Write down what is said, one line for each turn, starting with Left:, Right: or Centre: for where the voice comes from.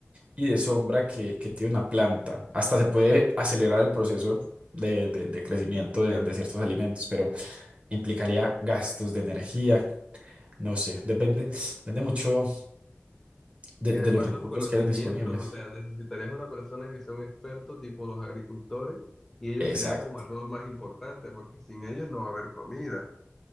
Right: y de sombra que, que tiene una planta. Hasta se puede acelerar el proceso de, de- de crecimiento de, de ciertos alimentos, pero implicaría gastos de energía, no sé, depende, depende mucho de,
Centre: Y
Right: de
Centre: además
Right: los recursos
Centre: los conocimientos,
Right: que eran disponibles.
Centre: o sea, necesitarías una persona que sea un experto tipo los agricultores y ellos
Right: Exacto.
Centre: serían como el rol más importante porque sin ellos no va a haber comida.